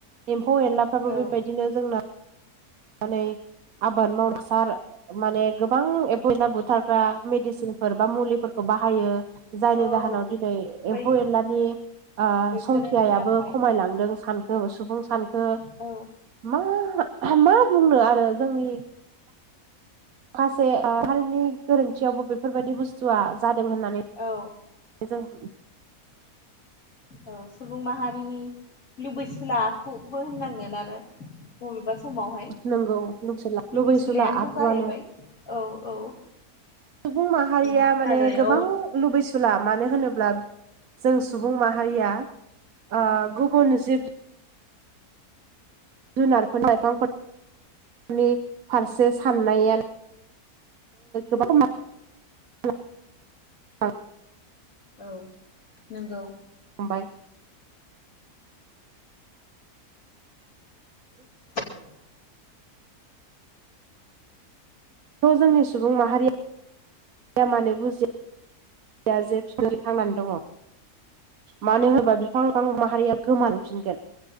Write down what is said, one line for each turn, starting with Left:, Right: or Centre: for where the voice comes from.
Right: एम्फौ-एनला फ्राबो
Left: औ
Right: बेबायदिनो जोंना <unintelligible> आबाद माव हासार माने गोबां एमफौ-एनला बुथारग्रा मेडिसिनफोर बा मुलिफोरखौ बाहायो जायनि
Left: औ
Right: जाहोनाव दिनै
Left: बै
Right: एम्फौ-एनलानि ओ
Left: बिसोरो
Right: संखियायाबो
Left: थैलांबाय
Right: खमायलांदों सानखो सुबुं सानखो
Left: औ
Right: मा मा बुंनो आरो जोंनि खासे हारिनि गोरोन्थियावबो बेफोरबायदि बुस्थुआ जादों होननानै
Left: औ
Right: जों
Left: औ सुबुं माहारिनि लुबैसुला आखुबो होननांगोन आरो। बबेबा समावहाय
Right: नंगौ लुबैसुला
Left: लुबैसलायानोथ'
Right: आखुआनो
Left: जाहैबाय औ औ
Right: सुबुं माहारिया
Left: उम
Right: माने
Left: हाग्रायाव
Right: गोबां लुबै ला मानो होनोब्ला जों सुबुं माहारिया ओ गुबुन जिब जुनारफोर लाइफांफोरनि फारसे साननायानो गोबां <unintelligible>
Left: औ नंगौ
Right: ओमबाय
Left: <inaudible>
Right: थ' जोंनि सुबुं माहारिया मानो बुजि दहा जे फिफांजों थांनानै दङ मानो होनोबा बिफां लाफां माहारिया गोमा फिनगोन